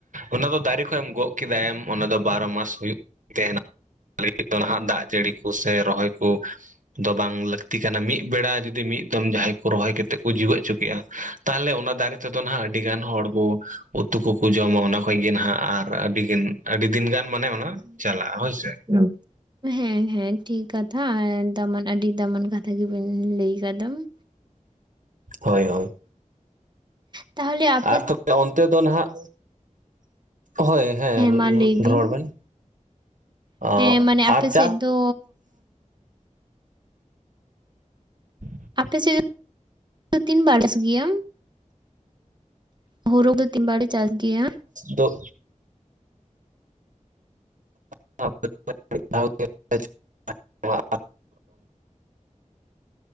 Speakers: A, on the right; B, on the right.
A: ᱚᱱᱟ ᱫᱚ ᱫᱟᱨᱮ ᱠᱷᱚᱡ ᱮᱢ ᱜᱚᱜ ᱠᱮᱫᱟᱭ ᱮᱢ ᱚᱱᱟ ᱫᱚ ᱵᱟᱨᱚ ᱢᱟᱥ ᱦᱩᱭᱩᱜ ᱛᱮᱦᱮᱱᱟ᱾ <unintelligible> ᱫᱚ ᱱᱟᱦᱟᱜ ᱫᱟᱜ ᱡᱟᱹᱲᱤ ᱠᱩ ᱥᱮ ᱨᱚᱦᱚᱭ ᱠᱩ᱾ ᱫᱚ ᱵᱟᱝ ᱞᱟᱹᱠᱛᱤ ᱠᱟᱱᱟ ᱢᱤᱫ ᱵᱮᱲᱟ ᱡᱩᱫᱤ ᱢᱤᱫ ᱡᱟᱦᱟᱸᱭ ᱠᱚ ᱨᱚᱦᱚᱭ ᱠᱟᱛᱮᱫ ᱠᱚ ᱡᱤᱣᱮᱫ ᱦᱚᱪᱚ ᱠ ᱠᱮᱜ-ᱟ, ᱛᱟᱦᱚᱞᱮ ᱚᱱᱟ ᱫᱟᱨᱮ ᱛᱮᱫᱚ ᱦᱟᱸᱜ ᱟᱹᱰᱤ ᱜᱟᱱ ᱦᱚᱲ ᱵᱚ ᱩᱛᱩ ᱠᱚᱠᱚ ᱡᱚᱢᱟ ᱚᱱᱟ ᱦᱳᱭ ᱜᱮ ᱱᱟᱦᱟᱜ ᱟᱨ ᱟᱹᱰᱤ ᱫᱤᱱ ᱟᱹᱰᱤ ᱫᱤᱱ ᱜᱟᱱ ᱢᱟᱱᱮ ᱚᱱᱟ ᱪᱟᱞᱟᱜ-ᱟ ᱦᱳᱭᱥᱮ ᱾
B: ᱦᱮᱞᱳ᱾ ᱦᱮᱸ ᱦᱮᱸ ᱴᱷᱤᱠ ᱠᱟᱛᱷᱟ ᱟᱨ ᱫᱟᱢᱟᱱ ᱟᱹᱰᱤ ᱫᱟᱢᱟᱱ ᱠᱟᱛᱷᱟ ᱜᱮᱵᱤᱱ ᱞᱟᱹᱭ ᱠᱟᱫᱟᱢ ᱾
A: ᱦᱳᱭ ᱦᱳᱭ᱾
B: ᱛᱟᱦᱮ ᱟᱯ
A: ᱟᱨ ᱛᱚᱵᱮ ᱚᱱᱛᱮ ᱫᱚ ᱱᱟᱦᱟᱜ, ᱦᱳᱭ ᱦᱮᱸ
B: ᱢᱟ ᱞᱟᱹᱭ
A: ᱨᱚᱲ
B: ᱵᱤᱱ
A: ᱵᱮᱱ ᱾ ᱚᱸ
B: ᱦᱮᱸ ᱢᱟᱱᱮ ᱟᱯᱮ
A: ᱟᱨ ᱪᱟᱥ
B: ᱥᱮᱫ ᱫᱚ
A: <inaudible>
B: ᱟᱯᱮᱥᱮᱫ ᱫᱚ ᱛᱤᱱ ᱵᱟᱲᱮᱥ ᱜᱮᱭᱟ? ᱦᱩᱲᱩ ᱫᱚ ᱛᱤᱱ ᱵᱟᱲᱮ ᱪᱟᱥ ᱜᱮᱭᱟ?
A: ᱫᱳᱜ <unintelligible> ᱢᱤᱫ ᱫᱷᱟᱣ ᱜᱮ <unintelligible>